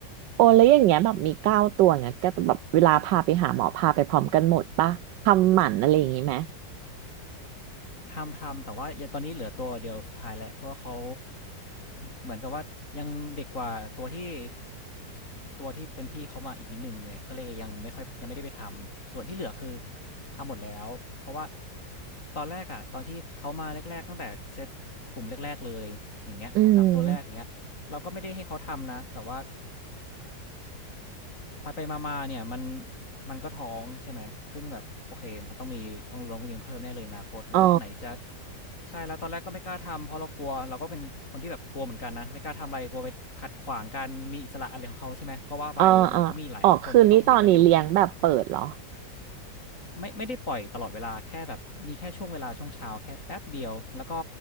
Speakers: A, on the right; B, on the left.
A: โอ้แล้วอย่างเงี้ยแบบมีเก้าตัวเงี้ยก็แบบเวลาพาไปหาหมอพาไปพร้อมกันหมดปะทำหมันอะไรอย่างงี้ไหม
B: ทำทำแต่ว่ายังตอนนี้เหลือตัวเดียวสุดท้ายแหละเพราะว่าเขาเหมือนกับว่ายังเด็กกว่าตัวที่ตัวที่เป็นพี่เขามาอีกนิดนึงเลยก็เลยยังไม่ค่อยยังไม่ได้ไปทำส่วนที่เหลือคือ ทำหมดแล้วเพราะว่าตอนแรกอะตอนที่เขามาแรกๆตั้งแต่เซตกลุ่มแรกๆเลยอย่างเงี้ยสองถึงสามตัวแรกอย่างเงี้ยเราก็ไม่ได้ให้เขาทำนะแต่ว่า
A: อืม
B: ไปไปมาๆเนี่ยมันมันก็ท้องใช่ไหมซึ่งแบบโอเคมันต้องมีต้องลงเรียนเพิ่มแน่เลยอนาคตแล้วไหนจะ
A: อ๋อ
B: ใช่แล้วตอนแรกก็ไม่กล้าทำเพราะเรากลัวเราก็เป็นคนที่แบบกลัวเหมือนกันนะไม่กล้าทำอะไรกลัวไปขัดขวางการมีอิสระอะไรของเขาใช่ไหมก็ว่าไปมันก็มีหลายคนที่เขาเถียงกันอยู่
A: อ่าอ่าอ๋อคืนนี้ตอนนี้เลี้ยงแบบเปิดเหรอ
B: ไม่ไม่ได้ปล่อยตลอดเวลาแค่แบบมีแค่ช่วงเวลาช่วงเช้าแค่แป๊บเดียวแล้วก็